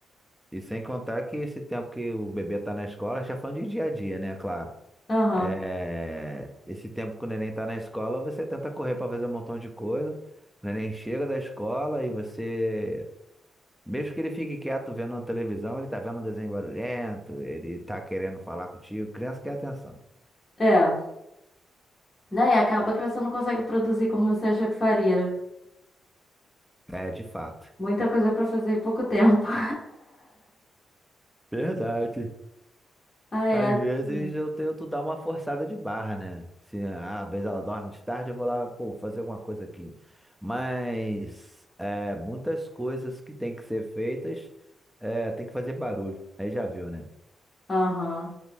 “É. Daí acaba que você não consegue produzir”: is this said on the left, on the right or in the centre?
Left